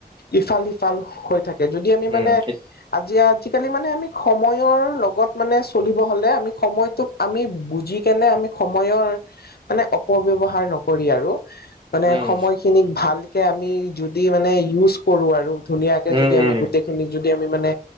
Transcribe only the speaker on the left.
ইফাল-সিফাল হৈ থাকে, যদি আমি
মানে আজি, আজিকালি মানে, আমি সময়ৰ লগত মানে চলিব হ'লে, আমি সময় তত আমি বুজি কেনে, আমি সময়ৰ মানে, অপব্যৱহাৰ নকৰি আৰু। মানে
সময়খিনিক ভালকে, আমি যদি মানে ইউজ কৰো আৰু। ধুনীয়াকে
যদি,
আমি গোটেইখিনিক যদি, আমি মানে